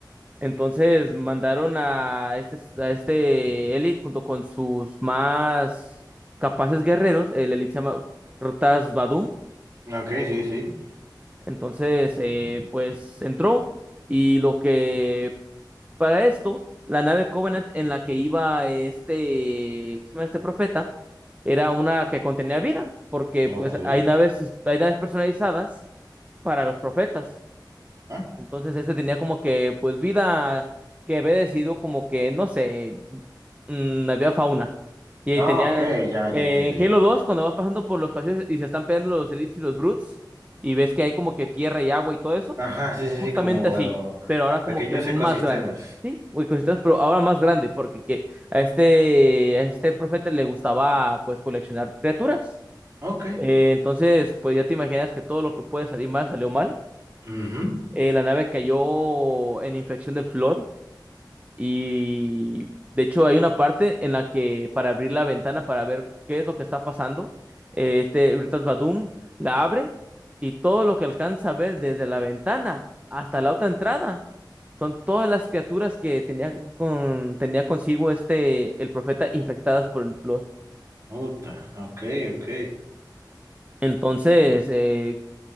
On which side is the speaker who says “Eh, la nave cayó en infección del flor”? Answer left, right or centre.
Right